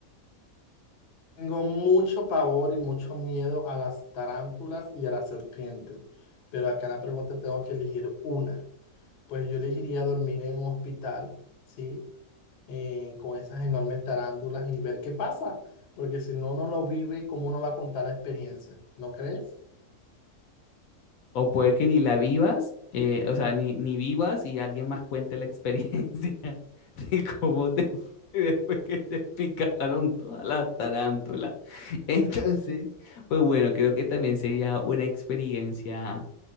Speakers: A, on the left; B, on the left.
A: Tengo mucho pavor y mucho miedo a las tarántulas y a las serpientes, pero acá la pregunta tengo que elegir una. Pues yo elegiría dormir en un hospital, ¿sí? Eh, con esas enormes tarántulas y ver qué pasa, porque si no uno lo vive, ¿cómo uno va a contar la experiencia? ¿No crees?
B: O puede que ni la vivas, eh, o sea, ni, ni vivas y alguien más cuente la experiencia <laughs> de cómo te fue después que te picaron todas las tarántulas. <laughs> Entonces, pues bueno, creo que también sería una experiencia